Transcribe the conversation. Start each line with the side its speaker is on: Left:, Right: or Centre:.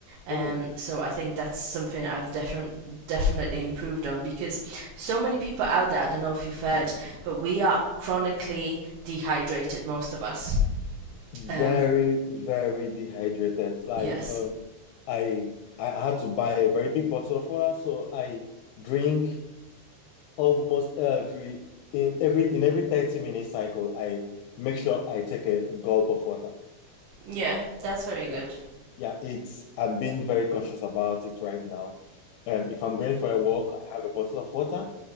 Right: Um,
Left: So
Right: so I think that's something I've defi- definitely improved on because so many people out there, I don't know if you've heard, but we are chronically dehydrated, most of us.
Left: very,
Right: Um,
Left: very dehydrated. Like
Right: yes.
Left: um, I I had to buy a very big bottle of water, so I drink almost every in every in every 30 minute cycle, I make sure I take a gulp of water.
Right: Yeah, that's very good.
Left: Yeah. Yeah, it's I'm being very conscious about it right now. Um, if I'm going for a walk, I have a bottle of water.